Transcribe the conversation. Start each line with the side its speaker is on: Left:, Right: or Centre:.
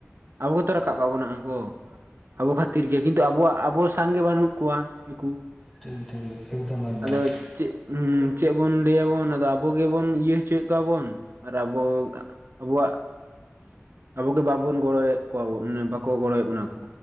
Right: ᱟᱵᱚ ᱜᱮᱛᱚ ᱨᱟᱠᱟᱵ ᱵᱚᱱᱟᱠᱩ ᱟᱵᱚ ᱠᱷᱟᱹᱛᱤᱨ ᱜᱮ ᱠᱤᱱᱛᱩ ᱟᱵᱚᱣᱟᱜ ᱟᱵᱚ ᱥᱟᱝᱜᱮ ᱵᱟᱹᱱᱩᱜ ᱠᱚᱣᱟ ᱱᱩᱠᱩ᱾
Centre: ᱴᱷᱤᱠ ᱫᱷᱮᱨ ᱮᱠᱫᱚᱢ ᱮᱠᱫᱚᱢ
Right: ᱟᱫᱚ
Centre: ᱾
Right: ᱪᱮᱫ ᱪᱮᱫ ᱵᱚᱱ ᱞᱟᱹᱭ ᱟᱵᱚᱱ ᱟᱵᱚ ᱜᱮᱵᱚᱱ ᱤᱭᱟᱹ ᱦᱚᱪᱚᱭᱮᱫ ᱠᱚᱣᱟ ᱵᱚᱱ ᱟᱨ ᱟᱵᱚ ᱟᱵᱚᱣᱟᱜ ᱟᱵᱚᱜᱮ ᱵᱟᱵᱚᱱ ᱜᱚᱲᱚᱭᱮᱫ ᱠᱚᱣᱟᱚᱱ ᱵᱟᱠᱚ ᱜᱚᱲᱚᱭᱮᱫ ᱵᱚᱱᱟ ᱠᱚ,